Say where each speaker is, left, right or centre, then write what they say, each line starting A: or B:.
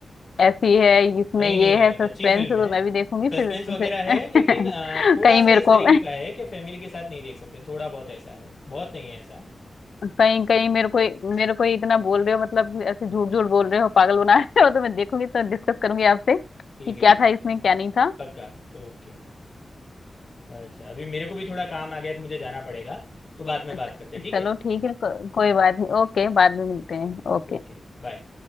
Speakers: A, on the left; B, on the left.
A: ऐसी है इसमें
B: नहीं
A: ये
B: नहीं नहीं
A: है सस्पेंस
B: अच्छी फिल्म
A: है,
B: है
A: तो मैं भी देखूंगी
B: सस्पेंस
A: फिर तुमसे
B: वगैरह है लेकिन
A: <laughs>
B: अ, थोड़ा
A: कहीं मेरे
B: सा इस तरीके
A: को
B: का है कि फैमिली के साथ नहीं देख सकते थोड़ा बहुत ऐसा है बहुत नहीं है ऐसा
A: कहीं कहीं मेरे को मेरे को इतना बोल रहे हो मतलब ऐसे झूठ झूठ बोल रहे हो पागल बना रहे हो तो मैं देखूंगी तो डिस्कस करूंगी आपसे कि
B: ठीक है
A: क्या
B: ठीक
A: था
B: है
A: इसमें क्या नहीं था
B: पक्का ओके अच्छा अभी मेरे को भी थोड़ा काम आ गया है तो मुझे जाना पड़ेगा तो बाद में
A: अच्छा,
B: बात करते हैं ठीक
A: चलो
B: है
A: ठीक है को, कोई बात नहीं ओके बाद में मिलते हैं ओके
B: Okay bye